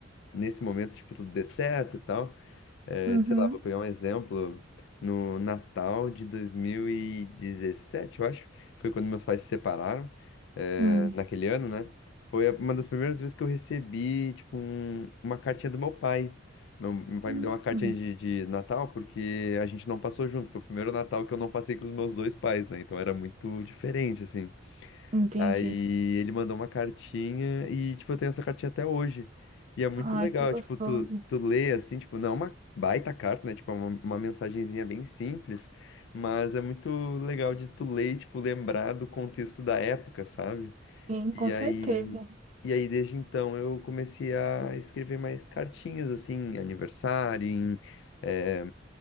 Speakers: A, on the left; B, on the right.
A: nesse momento, tipo, tudo dê certo e tal. É,
B: Uhum.
A: sei lá, vou pegar um exemplo. No Natal de 2017, eu acho, foi quando meus pais se separaram, é,
B: Hum.
A: naquele ano, né? Foi a- uma das primeiras vezes que eu recebi, tipo, um- uma cartinha do meu pai. Meu, meu pai
B: Hum.
A: me deu uma cartinha de, de Natal porque a gente não passou junto. Foi o primeiro Natal que eu não passei com os meus dois pais, né? Então era muito diferente, assim.
B: Entendi.
A: Aí ele mandou uma cartinha e, tipo, eu tenho essa cartinha até hoje. E é muito
B: Ai,
A: legal,
B: que gostoso.
A: tipo, tu, tu lê assim, tipo, não é uma baita carta, né? Tipo, é uma, uma mensagenzinha bem simples, mas é muito legal de tu ler, e, tipo, lembrar do contexto da época, sabe?
B: Sim, com
A: E
B: certeza.
A: aí, e aí desde então eu comecei a escrever mais cartinhas, assim, em aniversário, em, eh,